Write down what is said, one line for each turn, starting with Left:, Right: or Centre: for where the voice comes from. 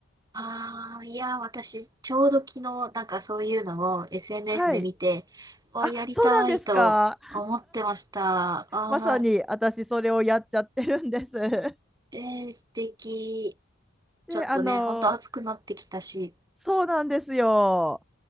Right: ああ、いや、私、ちょうど昨日、なんかそういうのを SNS
Centre: はい。
Right: で見て、わ、
Centre: あ、
Right: やりたいと思ってました。
Centre: そうなんですか。
Right: ああ、
Centre: まさに私それをやっちゃってるんです。<laughs>
Right: えー、素敵。
Centre: で、
Right: ちょっとね、
Centre: あの、
Right: ほんと暑くなってきたし、
Centre: そうなんですよ。